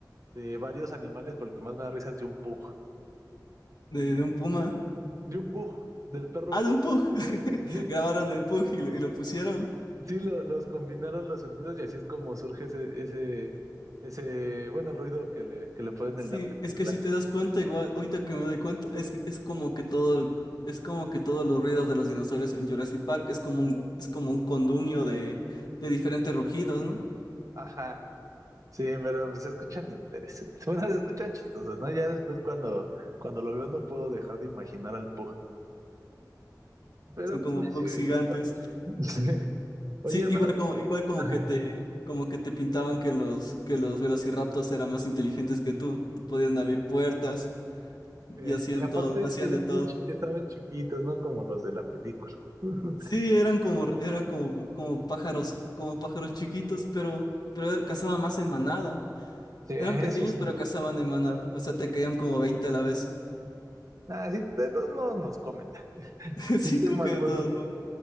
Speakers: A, on the right; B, on the left.
A: de varios animales, porque más me da risa es de un pug.
B: de, de un puma.
A: de un pug, del perro
B: Ah,
A: pug.
B: de un pug. <laughs>
A: Sí,
B: Grabaron el pug y, lo y lo pusieron.
A: sí lo- los combinaron los sonidos y así es como surge ese, ese, ese, bueno, el ruido que le, que le ponen
B: Sí,
A: en la película.
B: es que si te das cuenta, igual, ahorita que me doy cuenta, es, que- es como que todo, el- es como que todos los ruidos de los dinosaurios en Jurassic Park es como un, es como un condumio de, de diferentes rugidos, ¿no?
A: Ajá, sí, pero se escuchan interesantes. Bueno, se escuchan chistosos, ¿no? Ya después cuando, cuando lo veo no puedo dejar de imaginar al pug. Pero
B: Son como
A: pues me
B: pugs
A: sigue
B: gigantes.
A: gustando. <laughs> Sí. Oye,
B: Sí,
A: hermano.
B: igual como, igual como
A: Ajá.
B: que te, como que te pintaban que los, que los velociraptors eran más inteligentes que tú. Podían abrir puertas y
A: Sí,
B: hacían
A: Y aparte
B: todo, hacían
A: eran
B: de todo.
A: bien chiqui- estaban chiquitos, ¿no? Como los de la película. <laughs>
B: Sí, eran como, eran como, como pájaros, como pájaros chiquitos, pero, pero cazaban más en manada.
A: Sí, eso
B: Eran pequeños,
A: sí.
B: pero cazaban en manada. O sea, te caían como 20 a la vez.
A: Ah, sí, de todos modos nos comen.
B: <laughs>
A: Sí
B: Sí,
A: tengo
B: creo que
A: algunos,
B: de todos modos.